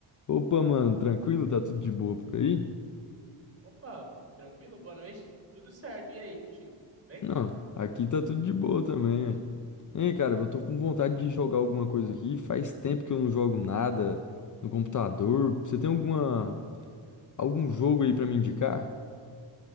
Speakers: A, on the left (about 40°); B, on the right (about 30°).
A: Opa, mano, tranquilo? Tá tudo de boa por aí?
B: Opa, tranquilo? Boa noite. Tudo certo. E aí, contigo? Tudo bem?
A: Não, aqui tá tudo de boa também, ué. Hein, cara, eu tô com vontade de jogar alguma coisa aqui. Faz tempo que eu não jogo nada no computador. Você tem alguma algum jogo aí pra me indicar?